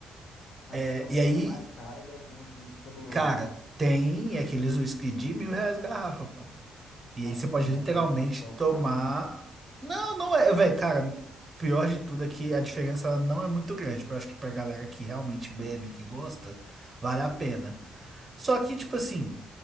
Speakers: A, on the left; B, on the right.
A: Mas
B: É,
A: aí no
B: e
A: plano
B: aí,
A: mais caro deve ter uns uísque cabuloso.
B: cara, tem aqueles whisky de mil reais garrafa, pô. E
A: Não,
B: aí
A: mas
B: você pode
A: imagina
B: literalmente
A: quanto que é o
B: tomar.
A: plano, né?
B: Não, não é, velho, cara. Pior de tudo é que a diferença ela não é muito grande. Eu acho que pra galera que realmente bebe, que gosta, vale a pena. Só que, tipo assim.